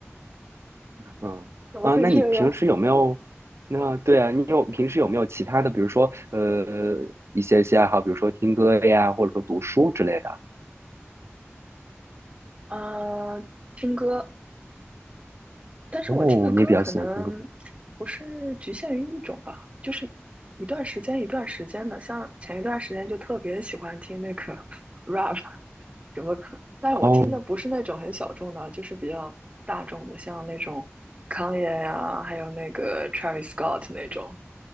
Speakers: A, on the right (about 65°); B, on the right (about 25°).
A: 嗯啊，
B: 怎么会这样？
A: 那你平时有没有？那对啊，你有平时有没有其他的，比如说呃一些一些爱好，比如说听歌呀，或者说读书之类的？
B: 嗯、听歌，但是我听的歌可能不是局限于一种吧，
A: 哦，你也比较喜欢听歌。
B: 就是一段时间一段时间的。像前一段时间就特别喜欢听那个 <laughs> rap，什么可，但我听的不是那种很小众的啊，
A: 哦
B: 就是比较大众的，像那种 Kanye 呀、还有那个 Travis Scott 那种，